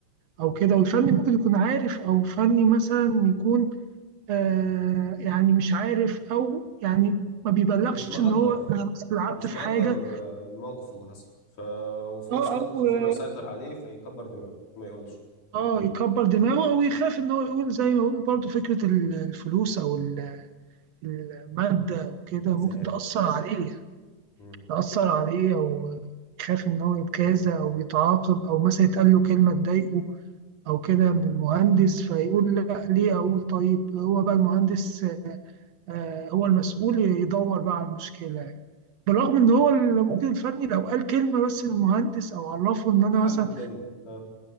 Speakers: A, on the left (about 85°); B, on the right (about 65°).
A: مم.
B: أو كده والفني ممكن يكون عارف أو فني مثلا يكون آه يعني مش عارف أو يعني ما بيبلغش
A: مش مقدر
B: إن هو أنا مثلا لعبت
A: مش
B: في
A: مقدر
B: حاجة
A: آه، الموقف اللي حصل ف... وفي
B: أه
A: نفس الوقت
B: أو
A: خوفه
B: أه
A: بيسيطر عليه فيكبر دماغه ما يقولش
B: آه، يكبر دماغه أو يخاف إن هو يقول زي ما يقول برضه فكرة الفلوس أو ال- المادة وكده
A: جزاءات
B: ممكن تأثر عليه
A: مم.
B: تأثر عليه أو يخاف إن هو يتجازى أو يتعاقب أو مثلا يتقال له كلمة تضايقه أو كده من المهندس فيقول لا ليه أقول طيب هو بقى المهندس آه، هو المسؤول يدور بقى على المشكلة يعني. بالرغم إن
A: مم.
B: هو المدير الفني لو قال كلمة بس للمهندس أو عرفه إن أنا
A: حل
B: مثلا
A: الدنيا اه